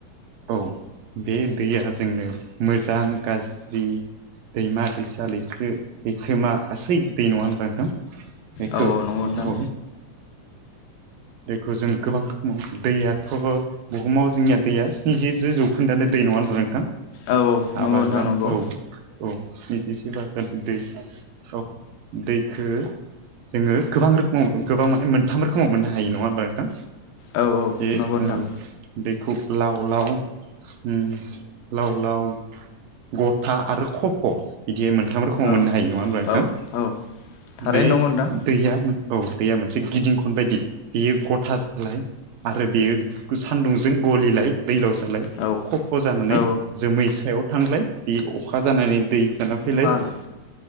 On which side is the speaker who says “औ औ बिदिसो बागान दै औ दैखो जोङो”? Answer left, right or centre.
Right